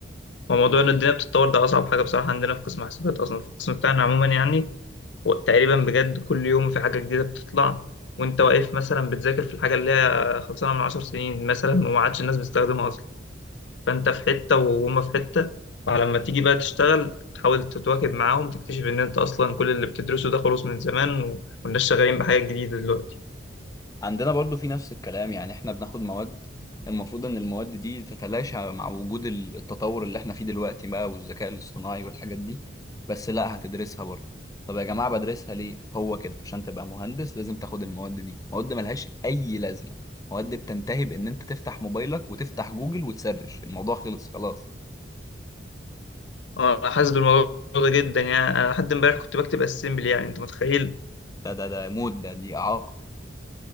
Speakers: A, on the left; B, on the left.
A: وموضوع ان الدنيا بتتطور ده اصعب حاجه بصراحه عندنا في قسم حاسبات اصلا في القسم بتاعنا عموما يعني وتقريبا بجد كل يوم في حاجه جديده بتطلع وانت واقف مثلا بتذاكر في الحاجه اللي هي خلصانه من عشر سنين مثلا وما عادش الناس بتستخدمها اصلا فانت في حته وهما في حته فلما تيجي بقى تشتغل تحاول تتواكب معاهم تكتشف ان انت اصلا كل اللي بتدرسه ده خلص من زمان و- والناس شغالين بحاجه جديده دلوقتي
B: عندنا برضو في نفس الكلام يعني احنا بناخد مواد المفروض ان المواد دي تتلاشى مع وجود ال- التطور اللي احنا فيه دلوقتي بقى والذكاء الاصطناعي والحاجات دي بس لا هتدرسها برضو طب يا جماعة بدرسها ليه هو كده عشان تبقى مهندس لازم تاخد المواد دي مواد ملهاش اي لازمة مواد بتنتهي بان انت تفتح موبايلك وتفتح جوجل وتسرش الموضوع خلص خلاص
A: اه انا حاسس بالموضوع ده جدا يعني انا لحد امبارح كنت بكتب اسمبلي يعني انت متخيل
B: ده ده ده موت ده دي اعاقة